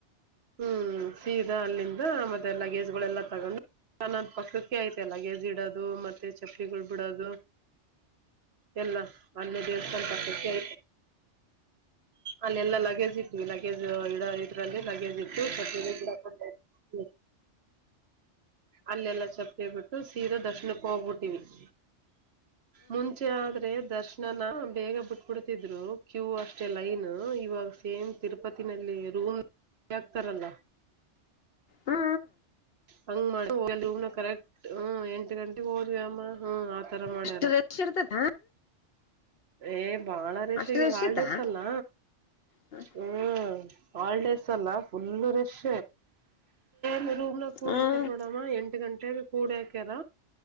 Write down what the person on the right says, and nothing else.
ಹ್ಮ್ ಸೀದಾ ಅಲ್ಲಿಂದ ಮತ್ತೆ ಲಗೇಜ್ಗಳೆಲ್ಲಾ ತಗೊಂಡು ನನ್ನಂದ ಪಕ್ಕಕ್ಕೆ ಐತೆ ಎಲ್ಲ ಗಗೆದಿಡೋದು ಮತ್ತೆ ಚಪ್ಪಲಿಗಳು ಬಿಡೋದು ಎಲ್ಲ ಅನ್ಯ ದಿವಸ್ಥಾನ ಪರ್ತಕ್ಕೆಯ ಅಲ್ಲೆಲ್ಲಾ ಲಗೇಜ್ ಇಟ್ಟವಿ ಲಗೇಜ್ ಇಡ ಇದ್ರಲ್ಲಿ ಲಗೇಜ್ ಇಟ್ಟು ಹ್ಮ ಅಲ್ಲೆಲ್ಲಾ ಚಪ್ಪಲಿ ಬಿಟ್ಟು ಸೀರೆಾ ದರ್ಶನಕ್ಕೆ ಹೋಗ್ಬಿಟ್ಟಿವವಿ ಮುಂಚೆ ಆದ್ರೆ ದರ್ಶನಾನ ಬೇಗ ಬಿಟ್ಬಿಡ್ತಿದ್ರು ಕ್ಯೂ ಅಷ್ಟೇ ಲೈನ್ ಇವಾಗ ಸೇಮ್ ತಿರುಪತಿನಲ್ಲಿ ರೂಮ್ತಾರಲ್ಲ
ಹಂಗ ಮಾಡ ಹನ ಕರೆಕ್ಟ್ ಹ್ಮ ಎಂಟು ಗಂಟೆಗೆ ಹೋದ್ವಿ ಅಮ್ಮ ಹ್ಮ ತರ ಮಾಡ್ಯಾರ
ಏ ಬಾಳ ರೇಷಾ
ಇವಾಗ
ಹಾಲ್ಡೇಸ್
ಅಲ್ಲ
ಹ್ಮ ಹಲ್ಿಡೇಸ್ ಅಲ್ಲ ಫುಲ್ಲ ರೆಶ ನ್ೂ ಕೂಡಾಕರ್
ನೋಡಮ್ಮ ಎಂು ಗಂಟೆ ಟ್ಟೆಗೆ ಕೂಡ ಹಾಕ್ಯಾರ